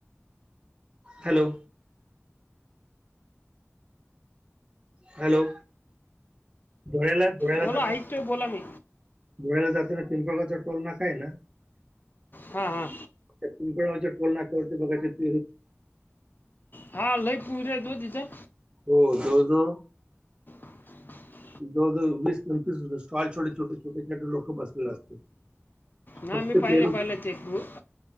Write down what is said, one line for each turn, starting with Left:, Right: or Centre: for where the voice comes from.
Right: हॅलो हॅलो धुळे ला धुळे ला
Left: बोला
Right: जातात
Left: ऐकतोय बोला मी
Right: धुळे ला जाताना पिंपळ गावचा टोल नाका हाय ना.
Left: हा हा
Right: पिंपळगाव च्या टोल नाकवरती बघा ते पेरू
Left: हा लय पेरू हाईत ओ तिथं.
Right: हो जवळ जवळ
Left: <inaudible>
Right: जवळ जवळ वीस पंचवीस स्टॉल छोटे छोटे छोटे छोटे लोक बसले असतात.
Left: ना
Right: फक्त
Left: मी पाहिले
Right: पेरू
Left: पाहिले ते पेरू.